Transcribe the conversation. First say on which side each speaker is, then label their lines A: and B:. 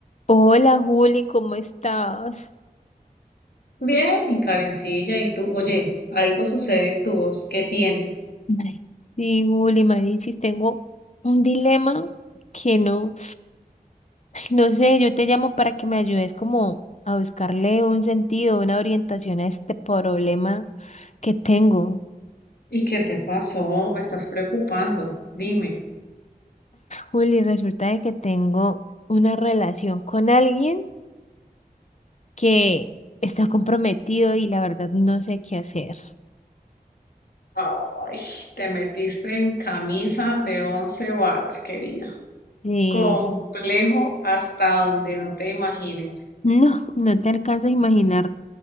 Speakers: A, on the left; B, on the left.
A: Hola Juli, ¿cómo estás?
B: Bien, y Karencilla, y tú, oye, algo sucede en tu voz, ¿qué tienes?
A: Ay, Sí, Juli, Manichis, tengo un dilema que no, ay, no sé, yo te llamo para que me ayudes como a buscarle un sentido, una orientación a este problema que tengo.
B: ¿Y qué te pasó? Me estás preocupando, dime.
A: Juli, resulta de que tengo una relación con alguien que está comprometido y la verdad no sé qué hacer.
B: Ay, te metiste en camisa de once varas, querida.
A: Y
B: Complejo hasta donde no te imagines.
A: no, no te alcanzas a imaginar